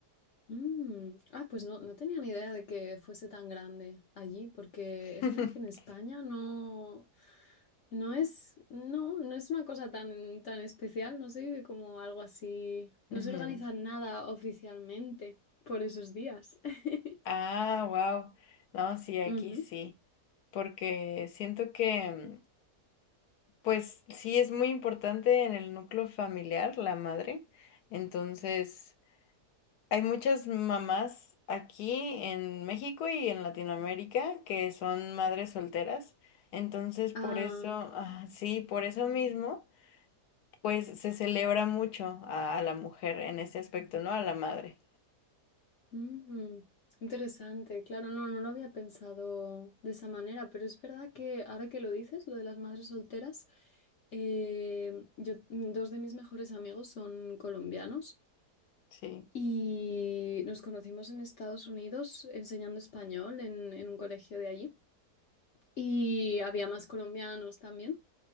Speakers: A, on the left; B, on the left.
A: Mm, Ah, pues no, no tenía ni idea de que fuese tan grande allí, porque es
B: <laughs>
A: verdad que en España no, no es, no, no es una cosa tan, tan especial, no se vive como algo así,
B: Ujú.
A: no se organiza nada oficialmente por esos días. <laughs>
B: Ah, wow. No, sí, aquí
A: Ujú.
B: sí, porque siento que, mm, pues sí, es muy importante en el núcleo familiar la madre. Entonces, hay muchas mamás aquí en México y en Latinoamérica que son madres solteras. Entonces, por
A: Ah,
B: eso, ah, sí, por eso mismo, pues se celebra mucho a, a la mujer en ese aspecto, ¿no? A la madre.
A: Mm, interesante, claro, no, no lo había pensado de esa manera, pero es verdad que ahora que lo dices, lo de las madres solteras, eh, yo, mm, dos de mis mejores amigos son colombianos
B: Sí.
A: y nos conocimos en Estados Unidos enseñando español en, en un colegio de allí y había más colombianos también.